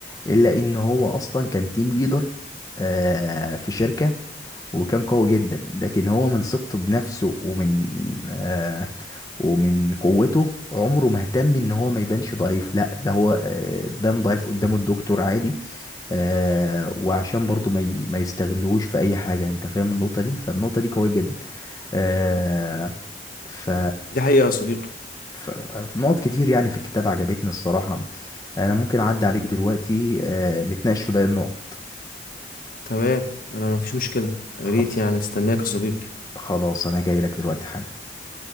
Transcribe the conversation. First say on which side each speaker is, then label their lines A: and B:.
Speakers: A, on the left; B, on the left.
A: الا ان هو اصلا كان تيم ليدر آه في شركة وكان قوي جدا لكن هو من ثقته بنفسه ومن آه ومن قوته عمره ما اهتم ان هو ما يبانش ضعيف لا ده هو آه بان ضعيف قدام الدكتور عادي آه وعشان برضو ما, ي... ما يستغلوش في اي حاجة انت فاهم النقطة دي فالنقطة دي قوية جدا آه ف
B: دي حقيقة يا صديقي
A: ف- في نقط كتير يعني في الكتاب عجبتني الصراحة أنا ممكن أعدي عليك دلوقتي آه، نتناقش في باقي النقط
B: تمام انا مفيش مشكلة يا
A: خلص
B: ريت يعني استناك يا صديقي
A: خلاص أنا جاي لك دلوقتي حالا